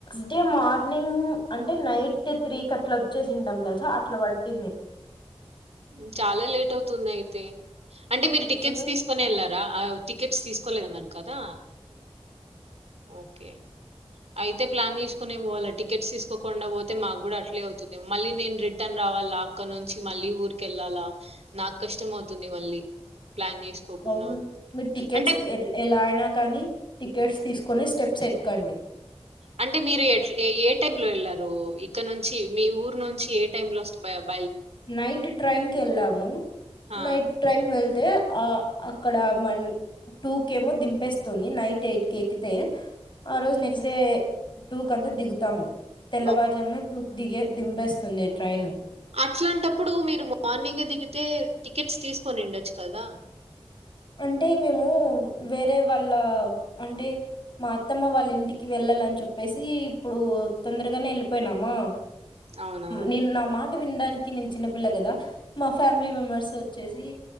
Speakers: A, on the left; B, on the right.
A: అంటే మార్నింగ్ అంటే నైట్ త్రీకి అట్లా వచేసింతం తెలుసా అట్లా పట్టింది
B: హమ్ చాలా లేట్ అవుతుంది అయితే అంటే మీరు టికెట్స్
A: ఉ
B: తీసుకునే ఎల్లారా రా ఆ టికెట్స్ తీసుకోలేదన్నారు కదా ఓకే అయితే ప్లాన్ తీస్కో తీస్కునే పోవాల టిట్స్ తీసుకోకుండా పోతే అయితే మాకు కూడా అట్లే అవుతుంది మళ్ళీ నేను రిటర్న్ రావాలా అక్కడ నుంచి మళ్ళీ ఊరికెళ్లల నాకు కష్టం అవుతుంది మళ్ళీ ప్లాన్ చేసుకోకుండా
A: అవును మీరు టికెట్స్
B: అంటే
A: ఎట్ ఎలా అయినా కానీ టికెట్స్ తీసుకొని స్టెప్స్ ఎక్కండి
B: అంటే మీరు ఎట్లా ఏ టై లో వెళ్ళారు ఇక్కడ నుంచి మీ ఊరు నుంచి ఏ టైంలో <unintelligible>
A: నైట్ ట్రైన్ కి ఎల్లమ్మ్ ము
B: ఆ
A: నైట్ ట్రైన్ వేల్ అయితే ఆ అక్కడ మన్ టూ కే ఏమో దింపేస్తుంది నైట్ యైటి కెక్కుతే ఆ రోజు నెక్ట్స్ డే టూ కాంత దిగుతాము తెల్లవారుజామున
B: ఉమ్
A: టూ డీగే దింపేస్తుంది ట్రైను
B: అట్లాంటప్పుడు మీరు మార్నింగ్ దిగితే టికెట్స్ తీసుకొని ఉండొచ్చు కదా
A: అంటే మేము వేరే వాళ్ళ అంటే మా అత్తమ్మ వాళ్ళ ఇంటికి వెళ్ళాలని చెప్పేసి ఇప్పుడు తొందరగానే వెళ్ళిపోయినామా
B: అవునా
A: నేను నా మాట వినడా నీకి కిన్ నే చిన్న పిల్ల కదా మా ఫ్యామిలీ మెంబర్స్ వచ్చేసి